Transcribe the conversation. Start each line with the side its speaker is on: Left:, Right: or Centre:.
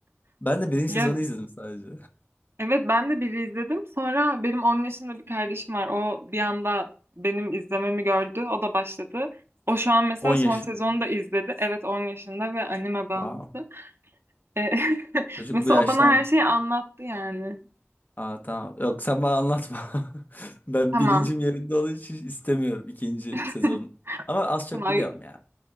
Left: Ben de birinci
Right: Ya
Left: sezonu izledim sadece.
Right: Evet ben de biri izledim. Sonra benim 10 yaşında bir kardeşim var. O bir anda benim izlememi gördü. O da başladı. O şu an mesela
Left: 10 yaşında.
Right: son sezonu da izledi. Evet 10 yaşında ve anime bağımlısı.
Left: Wow.
Right: E, <laughs>
Left: Çocuk
Right: mesela
Left: bu yaştan...
Right: o bana her şeyi anlattı yani.
Left: Aa, tamam. Yok sen bana anlatma. <laughs> Ben
Right: Tamam.
Left: bilincim yerinde olduğu için istemiyorum ikinci
Right: <laughs>
Left: sezon. Ama az çok
Right: Tamam.
Left: biliyorum ya.